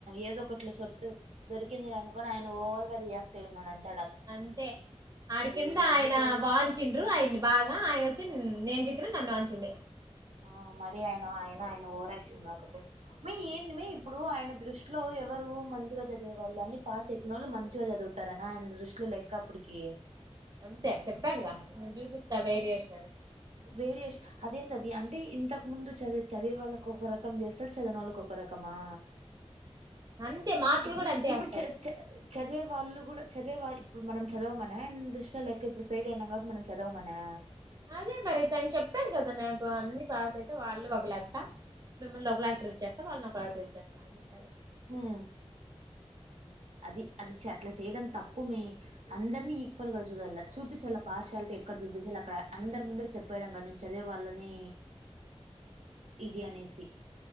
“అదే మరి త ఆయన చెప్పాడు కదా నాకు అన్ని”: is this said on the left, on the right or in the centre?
Right